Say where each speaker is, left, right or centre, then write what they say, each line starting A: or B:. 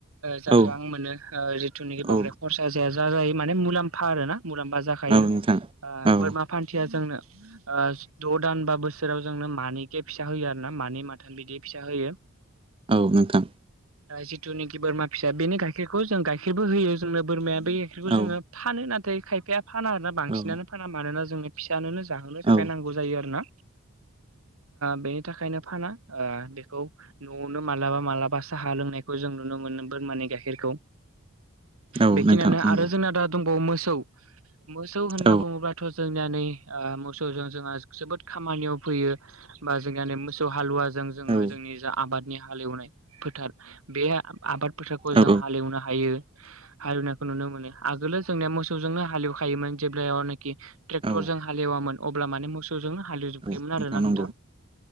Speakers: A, on the right; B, on the right.
A: जा
B: औ
A: रां मोनो जिथुनाखि बांद्राय
B: औ
A: खरसा जाया। ज जायो माने मुलाम्फा आरो ना मुलाम्फा जाखायो
B: औ नोंथां औ
A: बोरमा फान्थिया जोंनो। द' दान बा बोसोराव जोंनो मानैखे फिसा होयो आरो ना मानै माथोन बिदि फिसा होयो। ओ
B: औ नोंथां
A: जिथुनिखि बोरमा फिसा बेनि गाइखेरखौ जों गाइखेरबो होयो जोंनो बोरमाया बे गाइखेरखौ
B: औ
A: जोङो फानो नाथाय खायफाया फाना आरो। बांसिनानो
B: औ
A: फाना मानोना जोङो फिसानोनो जाहोनो थाखाय
B: औ
A: नांगौ जायो आरोना। बेनि थाखायनो फाना बेखौ नआवनो मालाबा मालाबा। साहा लोंनायखौ जों नुनो मोनदों बोरमाने गाइखेरखौ
B: औ औ
A: बेखिनियानो
B: नोंथां नंगौ
A: आरो जोंना दा दं। मोसौ मोसौ होनना
B: औ
A: बुङोब जोंनियाै मोसौजों जोंहा जोबोद खामानियाव फैयो बा जोंनियाै मोसौ हालुवा। जों
B: औ
A: जोङो जोंनि जा आबादनि हालेवनाय फोथार बे आबाद फोथारखौ
B: औ
A: जों हालेवनो हायो हालेवनायखौ नुनो मोनो आगोलो जोंनिया मोसौजोंनो। हालेवखायोमोन जे्लखि ट्रेक्टरजों
B: औ
A: हालेवामोन अब्ला माने मोसौ ज हालौ जोबखायोमोन
B: औ
A: आरो नोंथां
B: नंगौ